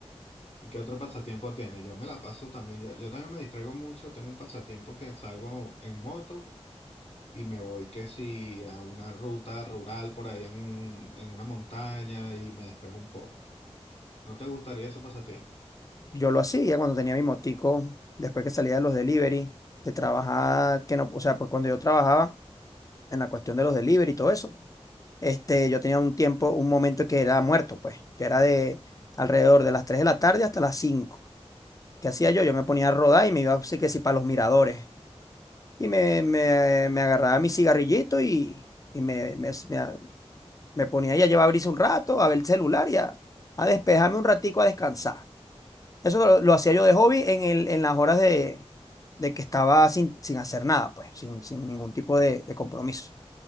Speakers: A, on the left; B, on the left.
A: ¿Y qué otro pasatiempo tiene? Yo me la paso también, yo, yo también me distraigo mucho, tengo un pasatiempo que salgo en moto y me voy que si a una ruta rural por ahí en, un- en una montaña y me despejo un poco. ¿No te gustaría ese pasatiempo?
B: Yo lo hacía cuando tenía mi motico, después que salía de los delivery, que trabajaba, que no, o sea, pues cuando yo trabajaba en la cuestión de los delivery y todo eso, este, yo tenía un tiempo, un momento que era muerto, pues, que era de alrededor de las 3 de la tarde hasta las cinco ¿Qué hacía yo? Yo me ponía a rodar y me iba, así que sí, para los miradores. Y me, me, me agarraba mi cigarrillito y, y me, me, me- me ponía ahí a llevar brisa un rato, a ver el celular y a, a despejarme un ratico, a descansar. Eso lo, lo hacía yo de hobby en el, en las horas de, de que estaba sin, sin hacer nada, pues, sin, sin ningún tipo de, de compromiso.